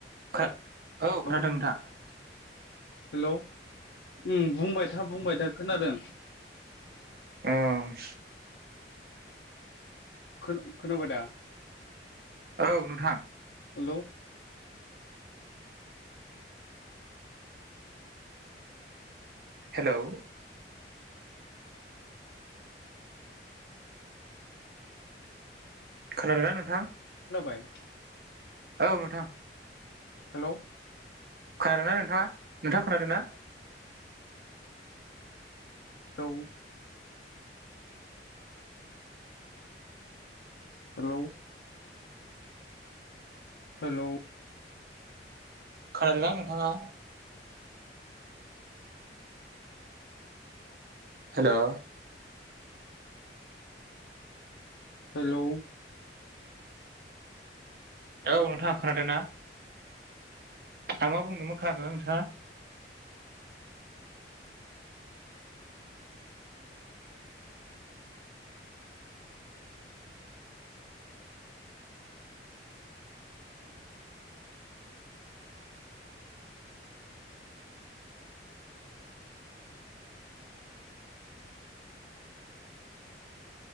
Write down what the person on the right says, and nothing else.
औ खोनादों
नोंथां।
उम
औ नोंथां।
हेलौ खोनादोना नोंथां?
औ नोंथां।
खोनादों नना नोंथाङा नोंथाङा खोनादों ना
खोनादोंना नोंथाङा हेल'
औ नोंथाङा खोनादों ना आं मा बुंदोंमोन खोनादोंना नोंथाङा